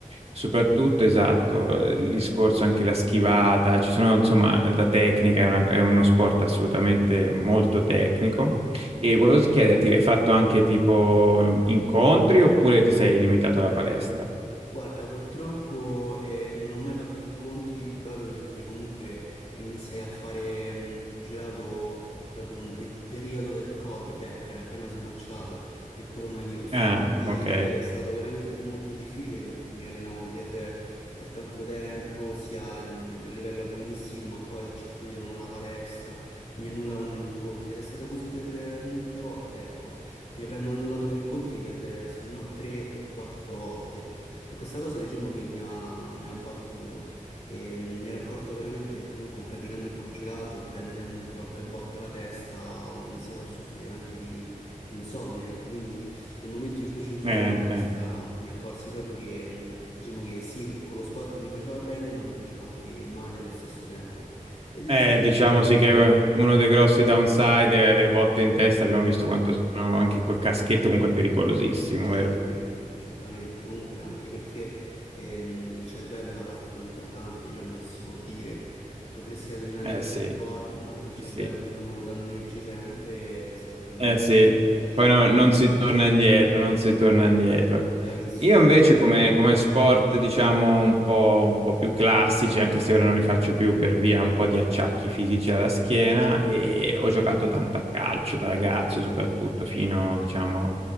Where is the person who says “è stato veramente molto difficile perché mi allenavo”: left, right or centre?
Left